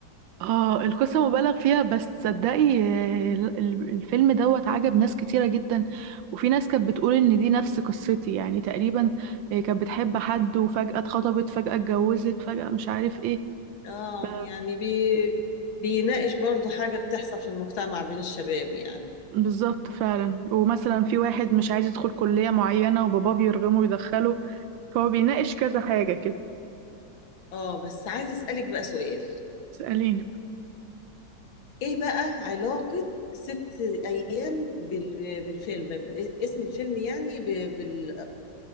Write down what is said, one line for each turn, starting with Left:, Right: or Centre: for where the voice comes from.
Right: اه القصة مبالغ فيها بس تصدقي آه، ال- ال- الفيلم دوت عجب ناس كتيرة جدا وفي ناس كانت بتقول ان دي نفس قصتي يعني تقريبا آه، كانت بتحب حد وفجأة اتخطبت فجأة اتجوزت فجأة مش عارف ايه
Left: اه
Right: ف-
Left: يعني بي بيناقش برضو حاجه بتحصل في المجتمع بين الشباب يعني
Right: بالظبط فعلا ومثلا في واحد مش عايز يدخل كلية معينة وباباه بيرغمه يدخله فهو بيناقش كذا حاجة كده
Left: اه بس عايزه اسالك بقى سؤال
Right: اسأليني
Left: ايه بقى علاقه ست ايام بال... بالفيلم ب- اسم الفيلم يعني ب... بال...